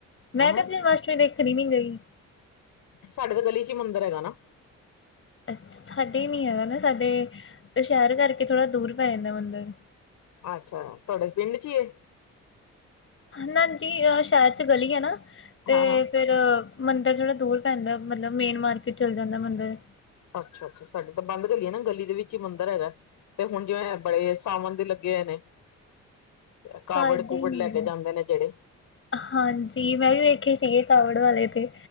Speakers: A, on the left; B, on the left.
A: ਮੈਂ
B: ਹਮ
A: ਜਨਮ ਅਸ਼ਟਮੀ ਦੇਖਣ ਨੀ ਗਈ।
B: ਸਾਡੇ ਤਾਂ ਗਲੀ ਚ ਈ ਮੰਦਰ ਹੈਗਾ ਨਾ।
A: ਅੱਛਾ ਸਾਡੇ ਨਹੀਂ ਹੈਗਾ ਨਾ ਸਾਡੇ ਸ਼ਹਿਰ ਕਰਕੇ ਥੋੜ੍ਹਾ ਦੂਰ ਪੈ ਜਾਂਦਾ ਮੰਦਿਰ।
B: ਅੱਛਾ, ਤੁਹਾਡੇ ਪਿੰਡ ਚ ਈ ਐ?
A: ਨਾਜੀ, ਆ ਸ਼ਹਿਰ ਚ ਗਲੀ ਐ ਨਾ ਤੇ
B: ਹਾਂ ਹਾਂ
A: ਫਿਰ ਮੰਦਿਰ ਥੋੜ੍ਹਾ ਦੂਰ ਪੈਂਦਾ ਮਤਲਬ ਮੇਨ ਮਾਰਕੀਟ ਚੱਲ ਜਾਂਦਾ ਮੰਦਿਰ।
B: ਅੱਛਾ-ਅੱਛਾ ਸਾਡੀੇ ਤਾਂ ਬੰਦ ਗਲੀਏ ਨਾ ਗਲੀ ਦੇ ਵਿੱਚ ਈ ਮੰਦਿਰ ਹੈਗਾ ਤੇ ਹੁਣ ਜਿਵੇਂ ਬੜੇ ਸਾਵਣ ਦੇ ਗੇ ਨੇ, ਕਾਵੜ-ਕੁਵੜ
A: ਸਾਡੇ ਨੀ
B: ਲੈ ਕੇ
A: ਗਾ
B: ਜਾਂਦੇ ਨੇ ਜਿਹੜੇ
A: ਹਾਂਜੀ, ਮੈਂ ਵੀ ਵੇਖੇ ਸੀਗੇ ਕਾਵੜ ਵਾਲੇ ਤੇ।